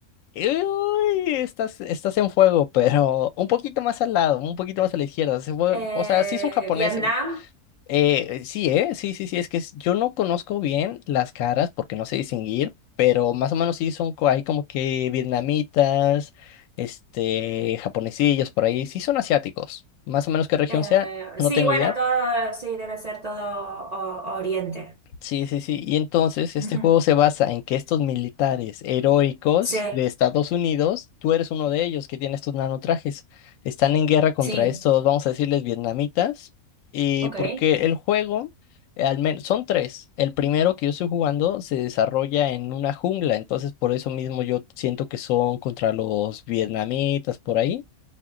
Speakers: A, on the left; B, on the right.
A: uy, estás, estás en fuego, pero un poquito más al lado, un poquito más a la izquierda. Se fue-
B: eh,
A: o sea, sí son japoneses,
B: Vietnam.
A: Eh, eh, sí, ¿eh? Sí, sí, sí, es que es- yo no conozco bien las caras porque no sé distinguir, pero más o menos sí son, co- hay como que vietnamitas, este, japonesillos por ahí, sí son asiáticos, más o menos qué región
B: Eh,
A: sea, no
B: sí,
A: tengo
B: bueno,
A: idea,
B: todo, sí, debe ser todo o- Oriente.
A: Sí, sí, sí. Y entonces este
B: Ujú.
A: juego se basa en que estos militares heroicos
B: Sí,
A: de Estados Unidos, tú eres uno de ellos que tiene estos nanotrajes, están en guerra contra
B: sí,
A: estos, vamos a decirles, vietnamitas. Y
B: ok.
A: porque
B: Eh,
A: el juego, eh, al menos, son tres. El primero que yo estoy jugando se desarrolla en una jungla, entonces por eso mismo yo siento que son contra los vietnamitas por ahí.